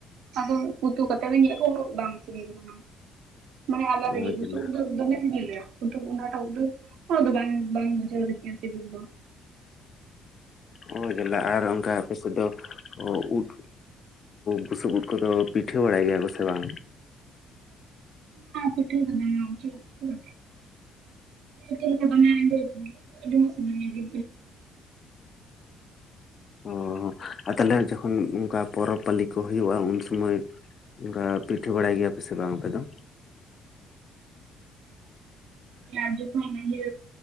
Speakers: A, on the right; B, on the left.
A: ᱟᱫᱚ ᱩᱛᱩ ᱠᱟᱛᱮ ᱵᱤᱱ ᱧᱮᱞᱟ ᱩᱱᱟᱜ ᱫᱚ ᱵᱟᱝ᱾ ᱢᱟᱱᱮ ᱟᱞᱟᱫᱟ
B: ᱳᱭ
A: ᱜᱮ ᱵᱩᱥᱩᱵ
B: ᱡᱟᱞᱟ
A: ᱩᱫ ᱫᱚ ᱫᱚᱢᱮ ᱥᱤᱵᱤᱞ ᱜᱮᱭᱟ᱾ <unintelligible> ᱩᱱᱟ. ᱜ ᱫᱚ ᱵᱟᱝ ᱵᱟᱝ ᱵᱩᱡᱷᱟᱹᱣ ᱞᱤᱫᱤᱧᱟ ᱥᱤᱵᱤᱞ ᱫᱚᱼᱼ
B: ᱚ ᱡᱟᱞᱟ ᱟᱨ ᱚᱱᱠᱟ ᱟᱯᱮ ᱥᱮᱫ ᱫᱚᱼᱼ ᱩᱫ ᱵᱩᱥᱩᱵ ᱩᱫ ᱠᱚᱫᱚ ᱯᱤᱴᱷᱟᱹ ᱵᱟᱲᱟᱭ ᱜᱮᱭᱟ ᱠᱚ ᱥᱮ ᱵᱟᱝ?
A: ᱯᱤᱴᱷᱟᱹᱭ <inaudible> <unintelligible> ᱟᱰᱤ ᱢᱚᱡᱽ ᱥᱤᱵᱤᱞᱤᱧᱟ᱾
B: ᱚ ᱟᱨ ᱛᱟᱦᱞᱮ ᱡᱚᱠᱷᱚᱱ ᱚᱱᱠᱟ ᱯᱚᱨᱚᱵᱽ ᱯᱟᱹᱞᱤ ᱠᱚ ᱦᱩᱭᱩᱜᱼᱟ ᱩᱱ ᱥᱚᱢᱚᱭᱼᱼ ᱚᱱᱠᱟ ᱯᱤᱴᱷᱟᱹ ᱵᱟᱲᱟᱭ ᱜᱮᱭᱟ ᱯᱮ ᱥᱮ ᱵᱟᱝ ᱟᱯᱮ ᱫᱚ?
A: ᱦᱮᱸ ᱡᱚᱠᱷᱚᱱ ᱤᱭ.